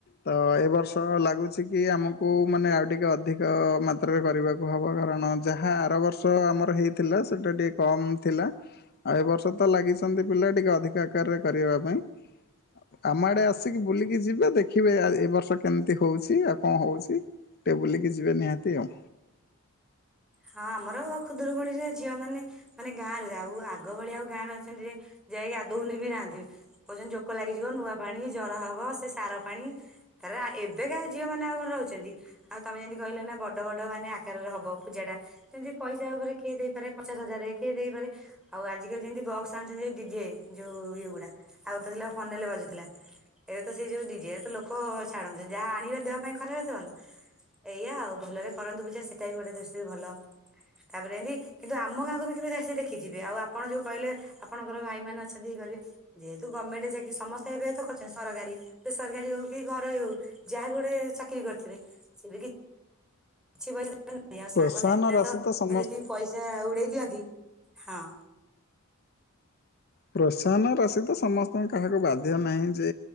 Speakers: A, on the left; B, in the centre.
A: ତ ଏଇ ବର୍ଷ ଲାଗୁଛି କି ଆମକୁ ମାନେ ଆଉ ଟିକେ ଅଧିକ ଅ ମାତ୍ରାରେ କରିବାକୁ ହବ କାରଣ ଯାହା ଆର ବର୍ଷ ଆମର ହେଇ ଥିଲା ସେଟା ଟିକେ କମ୍ ଥିଲା। ଆଉ ଏ ବର୍ଷ ତ ଲାଗିଛନ୍ତି ପିଲା ଟିକେ ଅଧିକ ଆକାରରେ କରିବା ପାଇଁ। ଆମ ଆଡ଼େ ଆସିକି ବୁଲିକି ଯିବେ ଦେଖିବେ ଏ ବର୍ଷ କେମିତି ହଉଛି ଆଉ କଣ ହଉଛି। ଟିକେ ବୁଲିକି ଯିବେ ନିହାତି ଆଉ।
B: ହଁ ଆମର ଖୁଦୁରୁକୁୁଣିରେ ଝିଅ ମାନେ ମାନେ ଗାଁରେ ଆଉ ଆଗ ଭଳିଆ ଆଉ ଗାଁରେ ଅଛନ୍ତି ଯେ ଯାଇକି ଗଧୋଇ ବି ନାହାନ୍ତି କହୁଛନ୍ତି ଜୋକ ଲାଗିଯିବ ନୂଆ ପାଣି ଜର ହବ ସେ ସାର ପାଣି ତାର ଏବେ କାହା ଝିଅ ମେନେ ଆଉ କଣ ରହୁଛନ୍ତି। ଆଉ ତମେ ଯେନ୍ତି କହିଲ ନା ବଡ ବଡ ମାନେ ଆକାରରେ ହବ ପୂଜା ଟା। ସେନ୍ତି ପଇସା ଉପରେ କିଏ ଦେଇପାରେ ପଚାଶ ହଜାରରେ କିଏ ଦେଇପାରେ ଆଉ ଆଜିକାଲି ଯେମିତି ବକ୍ସ ଆଣୁଛନ୍ତି ଡିଜେ ଯୋଉ ଇଏ ଗୁଡା ଆଉ <inaudible> ଫନଲେ ବାଜୁଥିଲା। ଏବେ ତ ସେଇ ଯୋଉ ଡିଜେ ତ ଲୋକ ଛାଡନ୍ତି ଯାହା ଆଣିବେ ଦେହ ପାଇଁ ଖରାପ ଏ ତ ଭଲ ଏଇଆ ଆଉ ଭଲରେ କରନ୍ତୁ ପୂଜା ସେଇଟା ବି ଗୋଟେ ଦୃଷ୍ଟିରୁ ଭଲ। ତାପରେ ଏମିତି କିନ୍ତୁ ଆମ ଗାଁକୁ ବି କେବେ ଆସିିକି ଦେଖିକି ଯିବେ ଆଉ ଆପଣ ଯୋଉ କହିଲେ। ଆପଣଙ୍କର ଭାଇମାନେ ଅଛନ୍ତି କରିବେ। ଯେହେତୁ ଗମେଣ୍ଟ ଯାଇକି ସମସ୍ତେ ଏବେ ତ କରିଛନ୍ତି ସରକାରୀ ବେସରକାରୀ ହଉ କି ଘରୋଇ ହଉ। ଯାହା ଗୋଟେ ଚାକିରି କରିଥିବେ ସେ ବି କିଛି ପଇସା ଦେବାର ନାହିଁ ସାଙ୍ଗସାଥିରେ
A: ପ୍ରୋତ୍ସାହନ ରାଶି
B: ତ
A: ସମସ୍ତ
B: ଯେତିକି ପଇସା ଉଡେଇ ଦିଅନ୍ତି ହଁ।
A: ପ୍ରୋତ୍ସାହନ ରାଶି ତ ସମସ୍ତଙ୍କ କାହାକୁ ବାଧ୍ୟ ନାହିଁ ଯେ